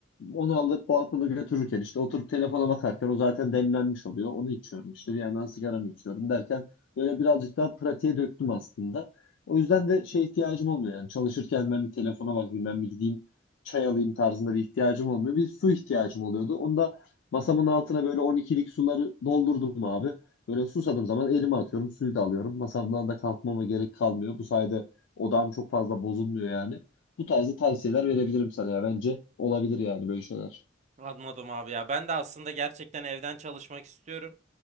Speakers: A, on the left; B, on the right.
A: Onu alıp balkona götürürken işte oturup telefona bakarken o zaten demlenmiş oluyor. Onu içiyorum işte bir yandan sigaramı içiyorum derken böyle birazcık daha pratiğe döktüm aslında. O yüzden de şey ihtiyacım olmuyor yani çalışırken ben bir telefona bakayım ben bir gideyim çay alayım tarzında bir ihtiyacım olmuyor. Bir su ihtiyacım oluyordu. Onu da masamın altına böyle 12'lik suları doldurdum abi. Böyle susadığım zaman elime atıyorum suyu da alıyorum. Masamdan da kalkmama gerek kalmıyor. Bu sayede odam çok fazla bozulmuyor yani. Bu tarzda tavsiyeler verebilirim sana ya. Bence olabilir yani böyle şeyler.
B: Anladım abi ya. Ben de aslında gerçekten evden çalışmak istiyorum.